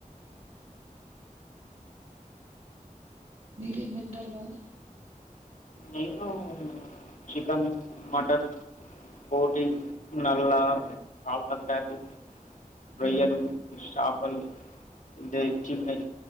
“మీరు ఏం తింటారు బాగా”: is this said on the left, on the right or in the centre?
Right